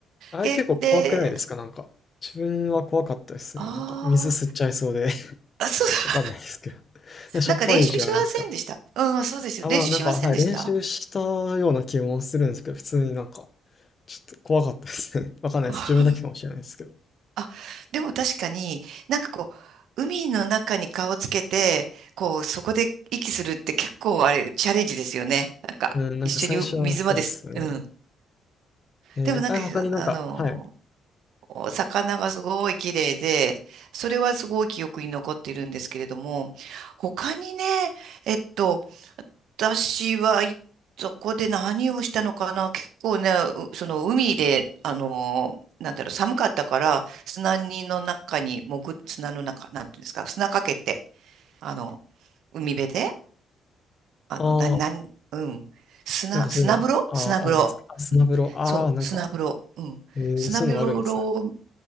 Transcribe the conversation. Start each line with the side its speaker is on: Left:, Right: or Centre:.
Left: あれ結構怖くないですかなんか。
Right: で、で、
Left: 自分は怖かったですね。
Right: あ
Left: なんか水吸っちゃいそうで <laughs>。
Right: ーあ、そう、<laughs>
Left: わかんないですけど。<laughs> しょっぱいじゃないですか。
Right: なんか練習しませんでした。うん、そうですよ。
Left: あ、
Right: 練習しませんでした。
Left: まあなんか、はい、練習したような気もするんですけど、普通になんか、ちょっと怖かったですね。<laughs> わかんないです。
Right: <laughs>
Left: 自分だけかもしれないですけど。
Right: あ、でも確かになんかこう、海の中に顔つけて、こう、そこで息するって結構あれ、チャレンジですよね。なんか、
Left: うん、なんか最初はそうですね。
Right: 一緒に水まです。うん。
Left: えー、
Right: でもなんか、
Left: あ、他になんか、
Right: あの、
Left: はい。
Right: お魚がすごい綺麗で、それはすごい記憶に残っているんですけれども、他にね、えっと、私は、いそこで何をしたのかな結構ね、うその海で、あのー、なんだろう、寒かったから、砂にの中に潜っ、砂の中、なんていうんですか、砂かけて、あの、海辺で、あの、
Left: ああ、
Right: な、なうん、砂、
Left: なんかそういうの、
Right: 砂風呂砂風呂。
Left: ああ、あるんですか。あスマブラ、
Right: うんそう、
Left: ああ、なんか、
Right: 砂風呂。うん。
Left: えー、
Right: 砂風呂を、
Left: そういうのあるんですね。